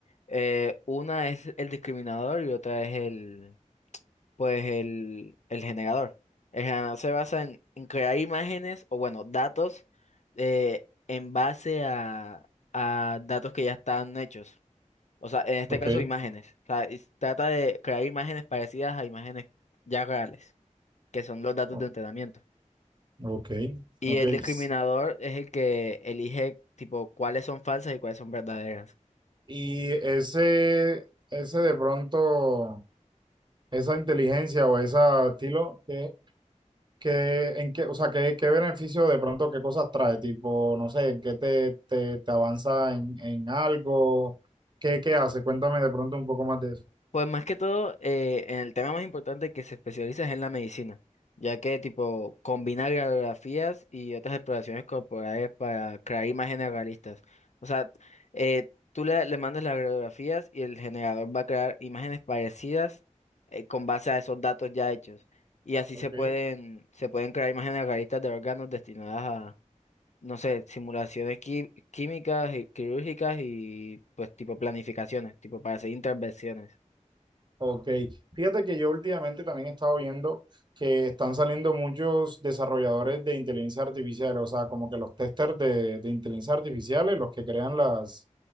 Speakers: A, on the left (about 60°); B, on the right (about 35°).
A: Eh, una es el discriminador y otra es pues el, el generador. El generador se basa en, en crear imágenes o bueno, datos eh, en base a, a datos que ya están hechos. O sea, en este
B: Ok,
A: caso imágenes. O sea, es- trata de crear imágenes parecidas a imágenes ya reales, que son los datos
B: o-
A: de entrenamiento.
B: ok,
A: Y
B: ok.
A: el discriminador
B: S-
A: es el que elige tipo cuáles son falsas y cuáles son verdaderas.
B: Y ese, ese de pronto, esa inteligencia o ese estilo, ¿qué, ¿Qué, en qué, o sea, qué, qué beneficio de pronto, qué cosas trae? Tipo, no sé, ¿en qué te, te, te avanza en, en algo? ¿Qué, qué hace? Cuéntame de pronto un poco más de eso.
A: Pues más que todo, eh, en el tema más importante que se especializa es en la medicina, ya que tipo combina radiografías y otras exploraciones corporales para crear imágenes realistas. O sea, eh, tú le, le mandas las radiografías y el generador va a crear imágenes parecidas eh, con base a esos datos ya hechos. Y así
B: Ok.
A: se pueden, se pueden crear imágenes realistas de órganos destinadas a, no sé, simulaciones qui- químicas y quirúrgicas y pues tipo planificaciones, tipo para hacer intervenciones.
B: Ok, fíjate que yo últimamente también he estado viendo que están saliendo muchos desarrolladores de inteligencia artificial, o sea, como que los testers de, de inteligencia artificiales, los que crean las,